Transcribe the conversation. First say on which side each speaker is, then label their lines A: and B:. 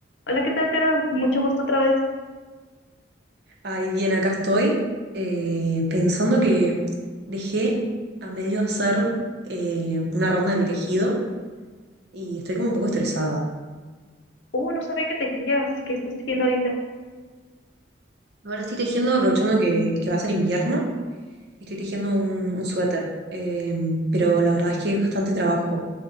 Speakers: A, on the left; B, on the right.
A: Hola, ¿qué tal, Caro? Mucho gusto otra vez.
B: Ay, bien, acá estoy eh, pensando que dejé a medio hacer eh, una ronda de mi tejido y estoy como un poco estresada.
A: Uh, no sabía que tejías. ¿Qué estás tejiendo ahorita?
B: Ahora estoy tejiendo, aprovechando que, que va a ser invierno, estoy tejiendo un, un suéter, eh, pero la verdad es que es bastante trabajo.